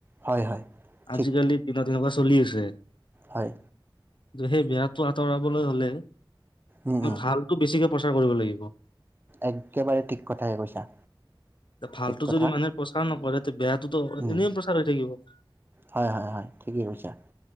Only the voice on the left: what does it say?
আজিকালি দিনত তেনেকোৱা চলি আছে
সেই বেয়াটো আঁতৰাবলৈ হলে
মই
ভালতো বেছিকে প্ৰচাৰ কৰিব লাগিব
ভালতো
যদি মানুহে প্ৰচাৰ নকৰে তে বেয়া টো টো
এনেই প্ৰচাৰ হৈ থাকিব